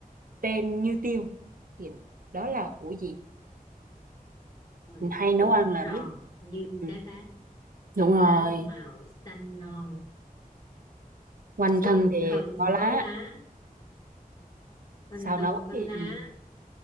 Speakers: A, on the right (about 70°); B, on the left (about 25°).
A: tên như tiêu thì đó là củ gì
B: rồi
A: mình hay nấu
B: cuộn
A: ăn là
B: tròn
A: biết
B: như
A: ừ.
B: cái bát
A: đúng rồi
B: áo màu xanh non
A: quanh
B: quanh
A: thân thì
B: thân
A: có lá
B: có lá quanh
A: xào
B: thân
A: nấu
B: có
A: thì
B: lá
A: ừ.